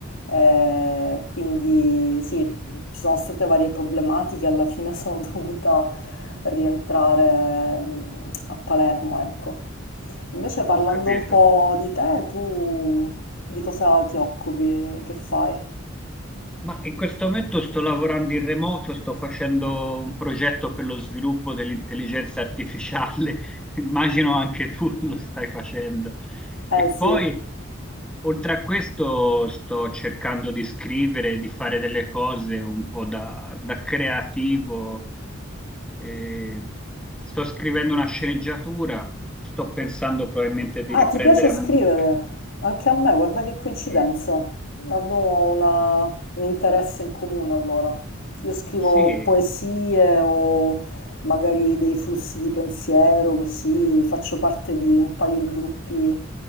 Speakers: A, on the left; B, in the centre.
A: eh, quindi sì, ci sono state varie problematiche, alla fine sono <laughs> dovuta rientrare mm, a Palermo, ecco. Invece parlando
B: Ho capito.
A: un po' di te, tu di cosa ti occupi, che fai?
B: Ma in questo momento sto lavorando in remoto, sto facendo un progetto per lo sviluppo dell'intelligenza artificiale, <laughs> immagino anche tu <laughs> lo stai facendo.
A: Eh
B: E
A: sì.
B: poi, oltre a questo, sto cercando di scrivere, di fare delle cose un po' da, da creativo. E sto scrivendo una sceneggiatura, sto pensando probabilmente di
A: Ah,
B: riprendere
A: ti piace
B: a
A: scrivere?
B: monte.
A: Anche a me, guarda che coincidenza.
B: e-
A: Avevo una- un interesse in comune allora. Io scrivo
B: Sì.
A: poesie o magari dei flussi di pensiero, così faccio parte di un paio di gruppi